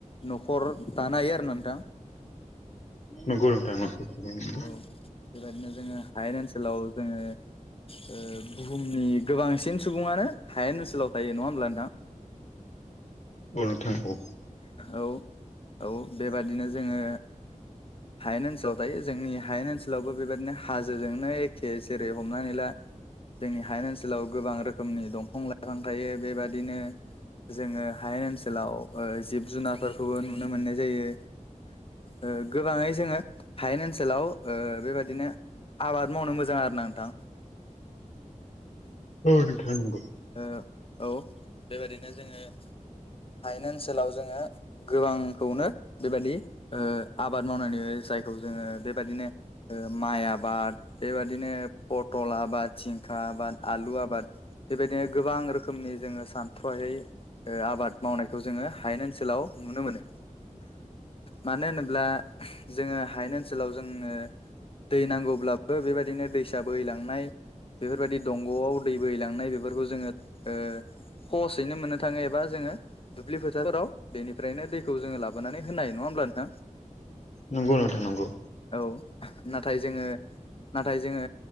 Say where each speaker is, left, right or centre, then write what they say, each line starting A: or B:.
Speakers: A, on the left; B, on the left.
A: न'खर दानो हायो आरो ना नोंथां।
B: नंगौ नोंथां नंगौ थारैनो नंगौ
A: औ बेबायदिनो जोङो हायेन ओनसो सोलाव जोङो ओ बुहुमनि गोबांसिन सुबुङानो हायेन ओनस सोलाव थायो नङा होमब्ला नोंथां?
B: अ नोंथां अ।
A: औ औ बेबादिनो जोङो हायेन ओनसोलाव थायो जोंनि हायेन ओनसोलावबो बेबायदिनो हाजो जोंनो एखे जेरै हमनानै ला जोंनि हायेन ओनसोलाव गोबां रोखोमनि दंफां लाइफां थायो बेबादिनो जोङो हायेन ओनसोलाव ओ जिब जुनार फोरखौबो नुनो मोननाय जायो। ओ गोबाङै जोङो हायेन ओनसोलाव ओ बेबादिनो आबाद मावनो मोजां आरो ना नोंथां।
B: औ बिथां नोंगौ।
A: ओ औ बेबायदिनो जोङो हायनो ओनसोलाव जोङो गोबां खौनो बेबादि आबाद मावनायनै जायखौ जोङो बेबायदिनो ओ माइ आबाद बेबायदिनो पथल आबाद थिं आबाद आलु आबाद बेबायदिनो गोबां रोखोमनि जोङो सानथ्र'हायै ओ आबाद मावनायखौ जोङो हायेन ओनसोलाव नुनो मोनो मानो होनोब्ला जोङो हायेन ओनसोलाव जोंनो दै नांगौब्लाबो बेबायदिनो दैसा बोहैलांनाय बेफोरबायदि दंग'आव दै बोहैलांनाय बेफोरखौ जोङो ओ सहसयैनो मोननो थाङो एबा जोङो दुब्लि फोथारफोराव बेनिफ्रायनो दैखौ जोङो लाबोनानै होनो हायो नङा होनबा नोंथां
B: नंगौ नोंथां नंगौ
A: औ नाथाय जोङो नाथाय जोङो